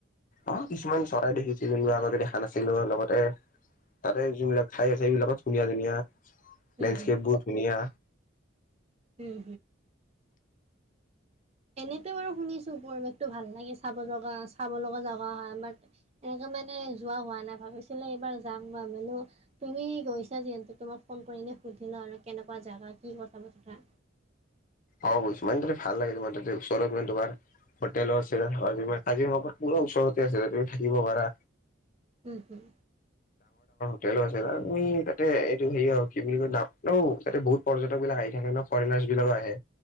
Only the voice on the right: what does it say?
উম হুম
উম এনেকে বাৰু শুনিছো পৰিবেশতটো ভাল লাগে চাব জগা চাব লগা জাগা হয় আমাৰ এনে তা মানে যোৱা হোৱা নাই ভাবিছিলে এইবাৰ যাম ভাবিলো তুমি গৈছা ছা যিহেতু তোমাক ফোন কৰি এনে সুধি লওঁ আৰু কেনেকুৱা জাগা কি কথা বতৰা।
উম উম।